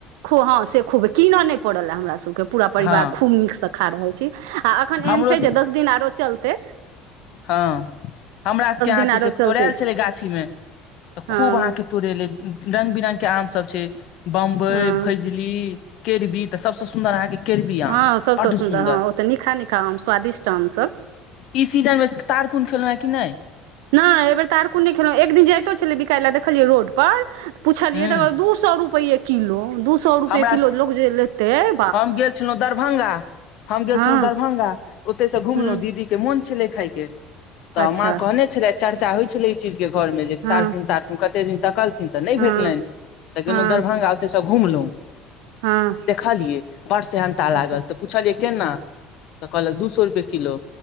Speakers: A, on the right; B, on the left.
A: खूब हँ से खूब कीन नै पड़ल ए हमरा सबके के पूरा परिवार
B: हँ
A: खूब नीकसँ खा रहल छी आ एखन
B: हमरो
A: एहन छैय जे दस दिन आओरो चलतैय
B: हँ, हमरा सभके अहाँके
A: दिन
B: से
A: आरो चलतै
B: तोड़ाएल छलैय गाछीमे तऽ
A: हँ
B: खूब अहाँके तोड़ेलै रंग-बिरंग के आम सब छै बम्बइ,
A: हँ
B: फैजली, केरबी तऽ सबसँ सुन्दर अहाँके केरबी
A: हँ
B: आम,
A: सभसँ
B: बड्ड सुन्दर
A: हँ ओ तऽ नीकहा नीकहा आम स्वादिष्ट आमसभ
B: ई सीजनमे तारकून खेलौं हें की नै
A: नै, एहि बेेर तारकून नै खेलहुँ एक दिन जाइतो छलैय बिकाय लए देखलियै रोडपर पुछलियै
B: ह
A: तऽ कहलक दू सौ रुपैए किलो दू सौ रुपैए
B: हमरा
A: किलो लोक जँ लेतैय
B: हम गेल छलहुँ दरभंगा हम गेल
A: हँ
B: छलहुँ दरभंगा ओतए सँ घुमलहुँ
A: हँ
B: दीदी के मोन छेलै खाइके तऽ
A: अच्छा
B: माँ कहने छलैये चर्चा होइ छलैय एहि चीज के घरमे जे
A: हँ
B: तारकुन-तारकुन कत्ते दिन तकलथिन तऽ नहि
A: हँ
B: भेटलनि तऽ
A: हँ
B: गेलहुँ दरभंगा ओतैयसँ घुमलहुँ
A: हँ
B: पुछलियै बड्ड सेहनता
A: अच्छा
B: लागल तऽ पुछलियै केना तऽ कहलक दू सौ रुपैये किलो